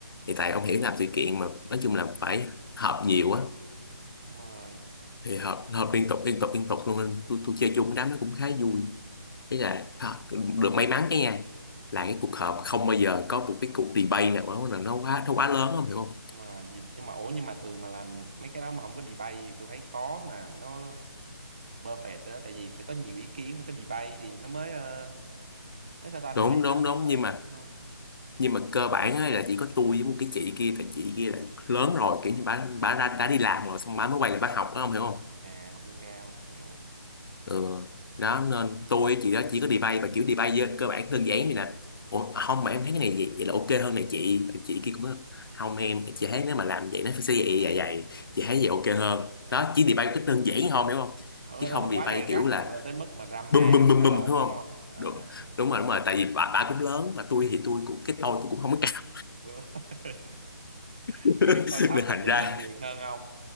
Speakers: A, on the left (about 75°); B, on the right (about 20°).
A: thì tại ông hiểu làm sự kiện mà nói chung là phải họp nhiều á
B: đúng rồi
A: thì họp họp liên tục liên tục liên tục luôn nên tôi tôi chơi chung cái đám nó cũng khá vui thế là à, được may mắn cái nha là cái cuộc họp không bao giờ có một cái cuộc debate nào đó là nó quá nó quá lớn không hiểu không
B: nhưng mà dịp nhưng mà ủa nhưng mà thường mà làm mấy cái đó mà không có debate thì tôi thấy khó mà nó perfect đó tại vì sẽ có nhiều ý kiến và cái debate thì nó mới ờ, nó sao ta
A: đúng
B: nó mới
A: đúng
B: ờ
A: đúng
B: ờ, ờ,
A: nhưng mà
B: đúng không
A: nhưng mà cơ bản á là chỉ có tôi với một cái chị kia tại chị kia là lớn rồi kiểu như bà bà đã, đã đi làm rồi xong bà mới quay lại bà học đó không hiểu không
B: à học nâng cao hiểu
A: Ừ. Đó nên tôi với chị đó chỉ có debate và kiểu debate dơ- cơ bản đơn giản vậy nè Ủa, không mà em thấy cái này vậy, vậy là ok hơn này chị chị kia cũng nói, không em chị thấy nếu mà làm vậy nó phải sẽ vậy vậy vậy chị thấy vậy ok hơn đó chỉ debate một cách đơn giản thôi hiểu không
B: không,
A: chứ
B: nó nó
A: không
B: không quá
A: debate
B: gay
A: kiểu
B: gắt
A: là
B: mà lên tới mức mà drama
A: bùm bùm bùm
B: cãi
A: bùm
B: lộn
A: hiểu không
B: đúng không à
A: đúng
B: hiểu
A: đúng rồi đúng rồi tại vì bà, bà cũng lớn mà tôi thì tôi cũng cái tôi tôi cũng không có cao
B: Bữa- <laughs>
A: <laughs>
B: những cái tôi thấp
A: nên thành
B: thì dễ
A: ra
B: nói chuyện hơn không